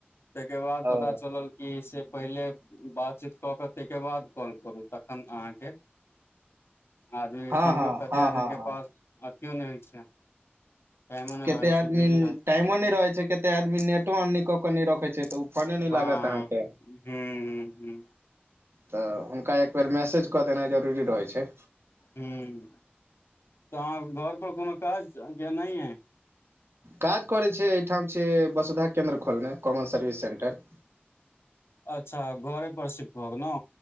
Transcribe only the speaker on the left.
तैके बाद
पता चलल कि से पहिले बातचीत कऽ कऽ तैके बाद कॉल करू तख- -न अहाँके आदमी
किनको
कते
आदमी
के
पास अथियो नै होइ छै टाइमो नहि
रहै
छै बिजी रह
हँ
हूँ
हूँ
हुॅं तऽ अहाँ घर पर कोनो काज <unintelligible> है
अच्छा घरे पर सिफ्ट भऽ गेनौ